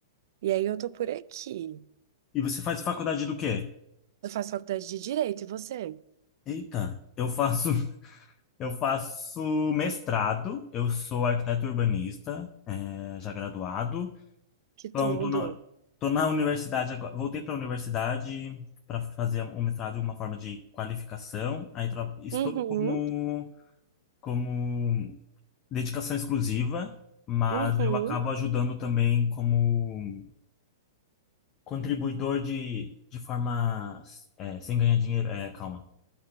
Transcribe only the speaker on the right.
E aí eu tô por aqui.
Eu faço faculdade de Direito, e você?
Que
tudo.
Uhum,
uhum.